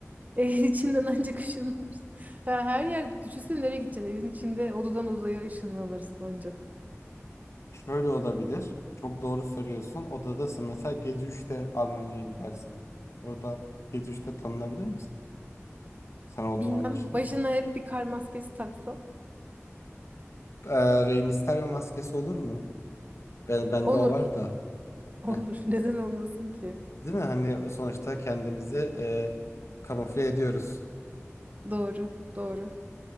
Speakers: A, on the right; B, on the left.
A: Evin içinden ancak ışınlanırsın. Ha, her yer düşünsene nereye gideceksin? Evin içinde odadan odaya ışınlanırsın ancak.
B: Şöyle olabilir. Çok doğru söylüyorsun. Odadasın. Mesela gece üçte Almanya'ya gidersin. Orada gece üçte tanınabilir misin? Sen olduğun
A: Bilmem
B: anlaşılır
A: başına
B: mı?
A: hep bir kar maskesi taksa.
B: Ee, Rey Mysterio maskesi olur mu? Ben, bende
A: Olur.
B: o var da.
A: Olur.
B: Heh.
A: <laughs> Neden olmasın ki?
B: Değil mi? Hani o sonuçta kendimizi e, kamufle ediyoruz.
A: Doğru. Doğru.